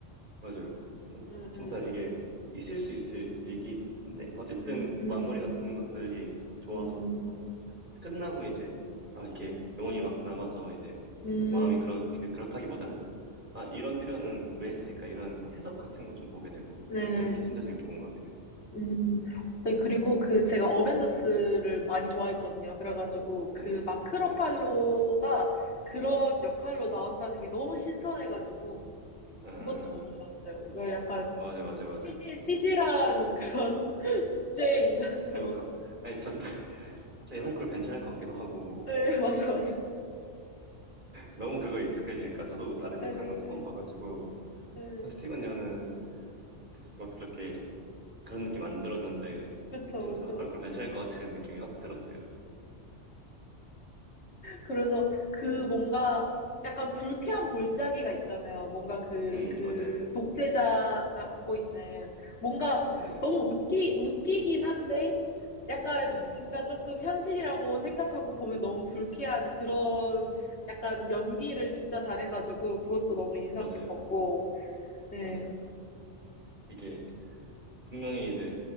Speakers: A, on the right (about 40°); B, on the left (about 65°).
A: 맞아요. 진,
B: 음,
A: 진짜
B: 음,
A: 이게 있을 수 있을 얘기인데, 어쨌든
B: 음,
A: 마무리
B: 음,
A: 같은 것들이 좋아서,
B: 음,
A: 막 끝나고 이제, 아, 이게 영혼이 막 남아서 이제,
B: 음,
A: 막 마음이 그렇게,
B: 음.
A: 그렇다기보다는, 아, 이런 표현은 왜 했을까, 이런 해석 같은 거 좀 보게 되고,
B: 네.
A: 재밌게, 진짜 재밌게 본 것 같아요.
B: 음, 음. 아니, 그리고
A: 음,
B: 그 제가 어벤져스를
A: 음.
B: 많이 좋아했거든요. 그래가지고
A: 아,
B: 그
A: 네,
B: 마크 러팔로가
A: 네.
B: 그런 역할로 나온다는 게 너무 신선해가지고
A: 아,
B: 그것도 너무 좋았어요. 이거 약간
A: 맞아요, 맞아요,
B: 좀
A: 맞아요.
B: 찌질, 찌질한 그런 <laughs> 독재 인간으로.
A: 아니, 뭐, 갑- 아니, 변, <laughs> 갑자기 헐크로 변신할 것 같기도 하고,
B: 네, 맞아, 맞아.
A: 너무 그거에 익숙해지니까, 저도 다른
B: 네,
A: 역할 하는 거
B: 네,
A: 처음 봐가지고,
B: 네.
A: 스티븐 여는 막 그렇게 그런 느낌 안 들었는데
B: 그쵸,
A: 진짜
B: 그쵸.
A: 헐크 변신할 것 같은 느낌이 확 들었어요.
B: 그래서 그 뭔가
A: 음,
B: 약간 불쾌한 골짜기가 있잖아요. 뭔가 그,
A: 음,
B: 그
A: 맞아요.
B: 독재자가 갖고 있는 뭔가
A: 네,
B: 너무 웃기, 웃기긴 한데 약간
A: 네,
B: 진짜 조금 현실이라고 생각하고 보면 너무 불쾌한 그런 약간 연기를 진짜 잘해가지고 그것도 너무 인상
A: 맞아요,
B: 깊었고. 네.
A: 맞아요. 이게 분명히 이제